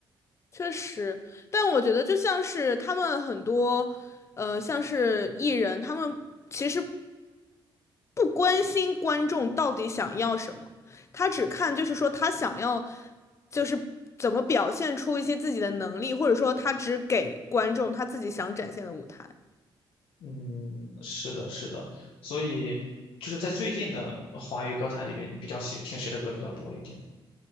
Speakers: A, on the left; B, on the left.
A: 确实，但我觉得就像是他们很多，呃，像是艺人，他们其实不关心观众到底想要什么，他只看就是说他想要，就是怎么表现出一些自己的能力，或者说他只给观众他自己想展现的舞台。
B: 嗯，是的，是的，所以就是在最近的华语歌坛里面，你比较喜听谁的歌比较多一点呢？